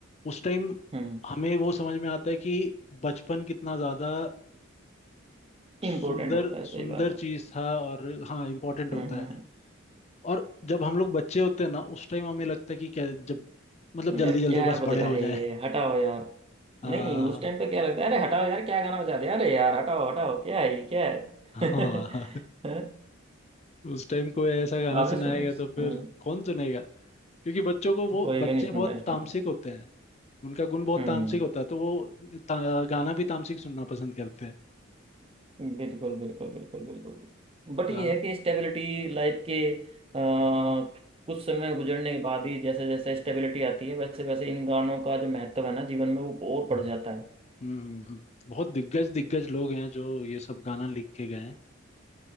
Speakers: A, on the left (about 35°); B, on the right (about 30°).
A: उस टाइम
B: हम्म
A: हमें वो समझ में आता है कि बचपन कितना ज्यादा सुंदर
B: इम्पोर्टेंट होता है
A: सुंदर
B: सही बात है
A: चीज था और हाँ इम्पोर्टेंट होता
B: हम्म हम्म
A: है और जब हम लोग बच्चे होते हैं ना उस टाइम हमें लगता है कि क्या जब मतलब जल्दी
B: यार
A: जल्दी
B: क्या
A: बस
B: बज
A: बड़े
B: रहा
A: हो
B: है
A: जाए
B: ये हटाओ यार
A: हाँ
B: नहीं उस टाइम पे क्या लगता है अरे हटाओ यार क्या गाना बजा दिया अरे यार हटाओ हटाओ क्या है ये क्या है
A: हाँ
B: <laughs>
A: हाँ, हाँ।
B: हैं?
A: उस टाइम कोई ऐसा गाना
B: तो आपने
A: सुनाया
B: सुना
A: गया तो फिर
B: हम्म
A: कौन सुनेगा क्योंकि बच्चों को वो
B: कोई
A: बच्चे
B: भी नहीं सुनता
A: बहुत
B: इस
A: तामसिक
B: टाइम
A: होते हैं उनका गुण बहुत
B: हम्म
A: तामसिक होता है तो वो ता, गाना भी तामसिक सुनना पसंद करते हैं
B: बिल्कुल बिल्कुल बिल्कुल बिल्कुल बट
A: हाँ
B: ये है कि स्टेबिलिटी लाइफ के अ, कुछ समय गुजरने के बाद ही जैसे जैसे स्टेबिलिटी आती है वैसे वैसे इन गानों का जो महत्व है ना जीवन में वो और बढ़ जाता है
A: हम्म हम्म, हम्म। बहुत दिग्गज दिग्गज लोग हैं जो ये सब गाना लिख के गए हैं